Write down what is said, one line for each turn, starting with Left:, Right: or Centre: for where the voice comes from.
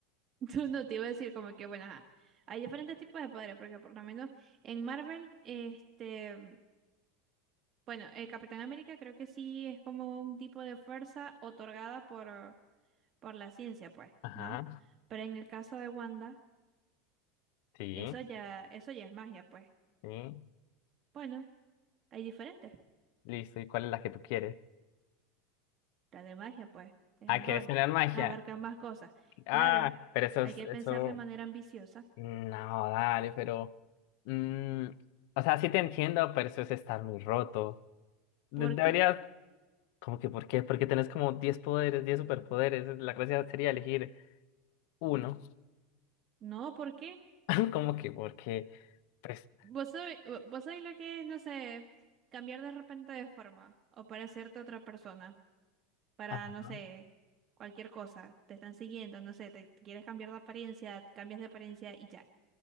Right: No, no, te iba a decir como que, bueno, ajá. Hay diferentes tipos de padres, porque por lo menos en Marvel, este, bueno, el Capitán América creo que sí es como un tipo de fuerza otorgada por, por la ciencia, pues,
Left: Ajá.
Right: ¿no? Pero en el caso de Wanda,
Left: Sí,
Right: eso ya, eso ya es magia, pues.
Left: sí.
Right: Bueno, hay diferentes.
Left: Listo. ¿Y cuál es la que tú quieres?
Right: La de magia, pues, es
Left: Ah,
Right: mejor.
Left: ¿quieres tener magia?
Right: Abarca más cosas.
Left: Ah,
Right: Claro,
Left: pero eso
Right: hay
Left: es,
Right: que
Left: eso.
Right: pensar de manera ambiciosa.
Left: No, dale, pero. mm, o sea, sí te entiendo, pero eso es estar muy roto. De-
Right: ¿Por
Left: Deberías
Right: qué?
Left: ¿Cómo que por qué? Porque tenés como 10 poderes, 10 superpoderes. La gracia sería elegir uno.
Right: No, ¿por qué?
Left: <laughs> ¿Cómo que por qué? Pues,
Right: Vos sabés, vo- vos sabés lo que es, no sé, cambiar de repente de forma o parecerte a otra persona para,
Left: ajá.
Right: no sé, cualquier cosa. Te están siguiendo, no sé, te te quieres cambiar de apariencia, cambias de apariencia y ya.